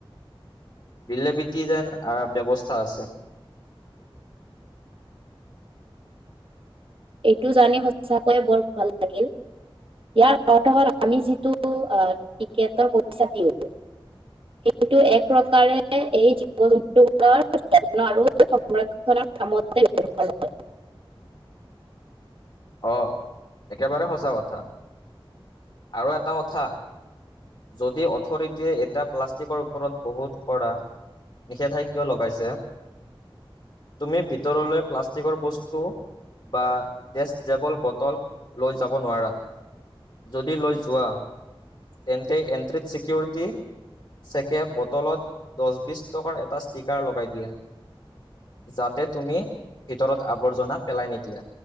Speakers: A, on the left; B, on the right.
A: বিলেবিতি যেন ব্যৱস্থা আছে
B: এইটো জানি সঁচাকৈয়ে বৰ ভাল লাগিল ইয়াৰ অৰ্থ হল আমি যিটো আহ টিকেটৰ পইচা দিওঁ সেইটো এক প্ৰকাৰে এই জীৱ জন্তুবোৰৰ আৰু সংৰক্ষণৰ কামতে হয়
A: অ একেবাৰে সঁচা কথা আৰু এটা কথা যদি অথৰিটিয়ে এটা প্লাষ্টিকৰ ওপৰত বহুত কৰা নিষেধাজ্ঞ লগাইছে তুমি ভিতৰলৈ প্লাষ্টিকৰ বস্তু বা টেষ্টডেবল বটল লৈ যাব নোৱাৰা যদি লৈ যোৱা তেন্তে এণ্ট্ৰিত চিকিউৰিটি চেকে বটলত দহ বিছ টকাৰ এটা ষ্টিকাৰ লগাই দিয়া যাতে তুমি ভিতৰত আৱৰ্জনা পেলাই নিদিয়া